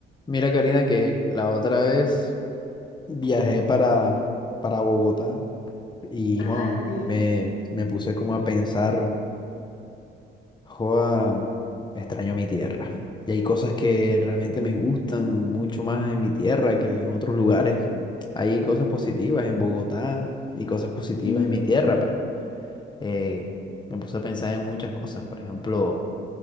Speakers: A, on the left; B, on the left.
A: Mira, Karina, que la otra vez viajé para, para Bogotá y
B: Ajá,
A: joa,
B: dime.
A: me, me puse como a pensar, joa, extraño mi tierra. Y hay cosas que realmente me gustan mucho más en mi tierra que en otros lugares. Hay cosas positivas en Bogotá y cosas positivas
B: Ujú.
A: en mi tierra, pero eh, me puse a pensar en muchas cosas. Por ejemplo,